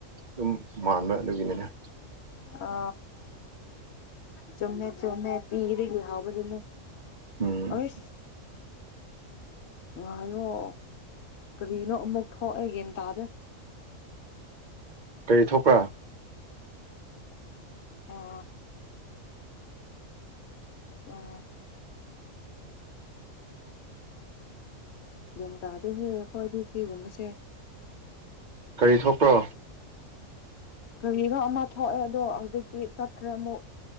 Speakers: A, on the right; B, on the left.
A: ꯑꯗꯨꯝ ꯃꯥꯟꯕ ꯑꯗꯨꯒꯤꯅꯤꯗ
B: ꯑ ꯆꯨꯝꯃꯦ ꯆꯨꯝꯃꯦ ꯇꯤꯔꯒ ꯍꯥꯥꯎꯕꯗꯨꯅ
A: ꯎꯝ
B: ꯑꯣꯏ ꯉꯥꯏꯌꫭ ꯀꯔꯤꯅꯣ ꯑꯃꯨꯛ ꯊꯣꯛꯑꯒꯦꯅ ꯇꯥꯗ
A: ꯀꯔꯤ ꯊꯣꯛꯄ꯭ꯔꯥ
B: <unintelligible> ꯑꯥ ꯑꯥ ꯌꯦꯟ ꯇꯥꯗ ꯍꯦꯛꯦ ꯑꯩꯈꯣꯏꯗꯤ ꯁꯤꯒꯨꯝꯕꯁꯦ
A: ꯀꯔꯤ ꯊꯣꯛꯄ꯭ꯔꯣ
B: ꯀꯔꯤꯒꯣ ꯑꯃ ꯊꯣꯛꯑꯦ ꯑꯗꯣ ꯍꯧꯖꯤꯛꯇꯤ ꯆꯠꯈ꯭ꯔꯦ ꯑꯃꯨꯛ